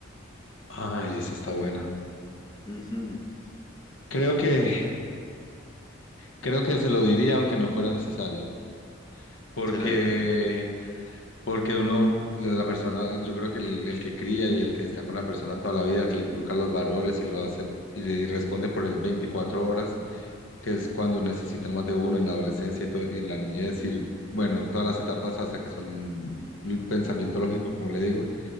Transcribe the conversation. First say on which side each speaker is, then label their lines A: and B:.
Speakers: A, on the left; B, on the left.
A: Ay, esa está buena.
B: Ujú.
A: Creo que, creo que se lo diría aunque no fuera necesario, porque
B: Se lo dirías. tú.
A: Porque uno, la persona, yo creo que el, el que cría y el que está con la persona toda la vida, el que le inculca los valores y lo hace y, le- y responde por el 24 horas, que es cuando necesitan más de uno en la adolescencia y, todo- y en la niñez y bueno, en todas las etapas hasta que son el pensamiento lógico, como le digo,